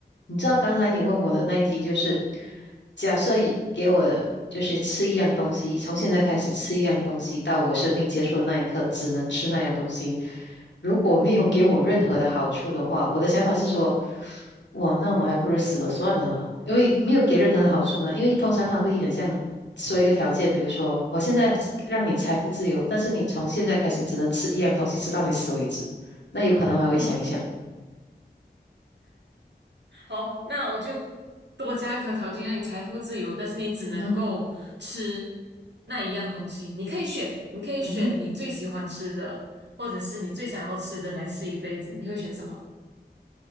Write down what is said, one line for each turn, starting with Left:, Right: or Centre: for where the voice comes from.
Left: 你知道刚才你问我的那一题就是，假设一给我就是吃一样东西，从现在开始吃一样东西，到我生命结束的那一刻，只能吃那样东西。如果没有给我任何的好处的话，我的想法是说，哇，那我还不如死了算了，因为没有给任何的好处嘛。因为通常他会很像说一个条件，比如说我现在让你财富自由，但是你从现在开始只能吃一样东西，吃到你死为止。那有可能我还会想一想，
Right: 嗯，好，那我就多加一条条件，让你财富自由，但是你只能够吃
Left: 嗯哼，
Right: 那一样东西。你可以选，你可以选你最喜欢吃的，
Left: 嗯哼。
Right: 或者是你最想要吃的来吃一辈子。你会选什么？